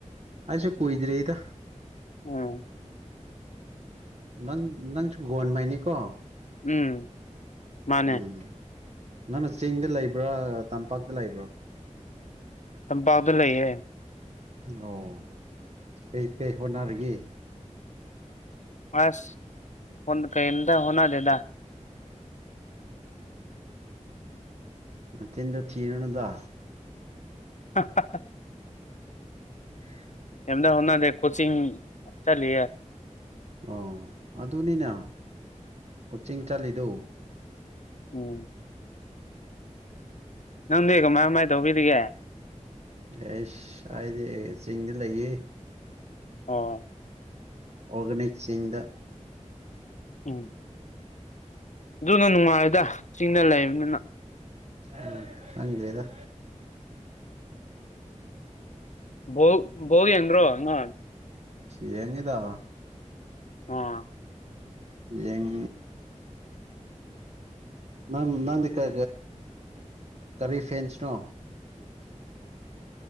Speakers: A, on the right; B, on the left.
A: ꯑꯁꯨꯦ ꯀꯣꯏꯗ ꯔꯦꯗ
B: ꯎꯝ
A: ꯅꯪ ꯅꯪꯁꯨ ꯒꯟ ꯃꯥꯏꯅꯤ ꯀꯣ
B: ꯎꯝ ꯃꯥꯅꯦ
A: ꯎꯝ ꯅꯪꯅ ꯆꯤꯡꯗ ꯂꯩꯕ꯭ꯔꯥ ꯇꯝꯄꯥꯛꯇ ꯂꯩꯕ꯭ꯔꯥ
B: ꯇꯝꯄꯥꯛꯗꯨ ꯂꯩꯌꯦꯦ
A: ꯑꯣ ꯀꯩ ꯀꯩ ꯍꯅꯒ
B: ꯑꯁ ꯀꯩꯦꯟꯗ ꯍꯅꯥ ꯗꯦꯗꯥ
A: ꯅꯠꯇꯗ ꯊꯤꯔꯅꯗ
B: ꯑ
A: ꯎ
B: ꯀ ꯑꯣꯅꯥꯗ ꯀꯣꯆꯤꯡ ꯆꯂꯤ
A: ꯑ ꯑꯗꯨꯅꯤꯅ ꯀꯣꯆꯤꯡ ꯆꯠꯂꯤꯗꯨꯣ
B: ꯎꯝ ꯅꯪꯗꯤ ꯀꯃꯥꯏ ꯀꯃꯥꯏꯅ ꯇꯧꯕꯤꯔꯤꯒꯦ
A: ꯑꯦꯁ ꯍꯥꯏꯗꯤ ꯆꯤꯡꯗꯤ ꯂꯩꯌꯦ
B: ꯑꯣ
A: ꯑꯣꯒꯅꯤꯁꯤꯡꯗ
B: ꯎꯝ ꯑꯗꯨꯅ ꯅꯨꯡꯉꯥꯏꯗ ꯆꯤꯡꯅ ꯂꯩꯕꯅꯤꯅ
A: ꯎ ꯍ ꯂꯤꯦꯗ
B: ꯣ ꯣꯒꯤ ꯌꯦꯟꯣ ꯍꯉ
A: ꯌꯦꯉꯗꯣ
B: ꯑꯣ
A: ꯌꯦꯡ ꯅꯪ ꯅꯪ ꯀ ꯀꯔꯤ ꯐꯟꯁꯅꯣ